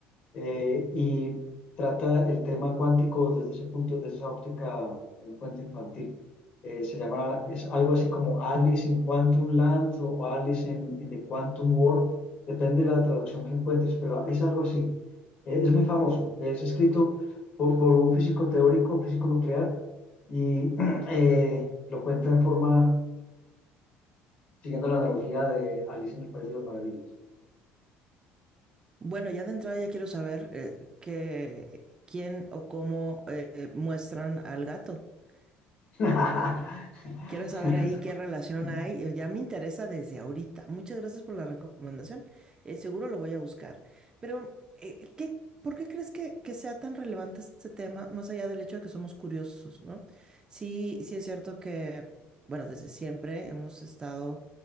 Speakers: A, on the left (about 40°); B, on the right (about 20°).
A: eh, y trata el tema cuántico desde ese punto, desde esa óptica de un cuento infantil. Eh, se llama, es algo así como Alice in Quantum Land o Alice in, in the Quantum World, depende de la traducción que encuentres, pero es algo así. Eh, es muy famoso, es escrito por, por un físico teórico, físico nuclear, y <clears throat> eh, lo cuenta en forma, siguiendo la analogía de Alice en el País de las Maravillas.
B: Bueno, ya de entrada ya quiero saber eh, que- quién o cómo eh, muestran al gato.
A: <laughs>
B: Eh, quiero saber ahí qué relación hay. eh, Ya me interesa desde ahorita. Muchas gracias por la recomendación. eh, seguro lo voy a buscar. Pero, eh, ¿qué- por qué crees que, que sea tan relevante este tema, más allá del hecho de que somos curiosos, ¿no? Sí, sí es cierto que, bueno, desde siempre hemos estado